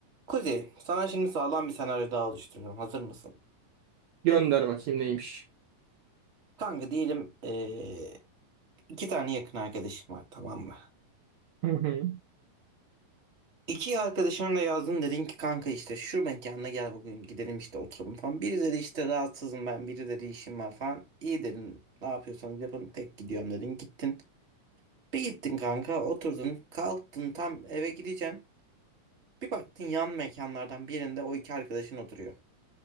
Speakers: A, on the right (about 25°); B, on the right (about 70°).
A: Kuzey, sana şimdi sağlam bir senaryo daha oluşturuyorum. Hazır mısın?
B: Gönder bakayım neymiş.
A: Kanka diyelim eee, iki tane yakın arkadaşım var tamam mı?
B: Hı hı.
A: İki arkadaşına da yazdın dedin ki kanka işte şu mekana gel bugün gidelim işte oturalım falan. Biri dedi işte rahatsızım ben, biri dedi işim var falan. İyi dedin ne yapıyorsanız yapın tek gidiyorum dedin gittin. Bir gittin kanka oturdun kalktın tam eve gideceksin. Bir baktın yan mekanlardan birinde o iki arkadaşın oturuyor.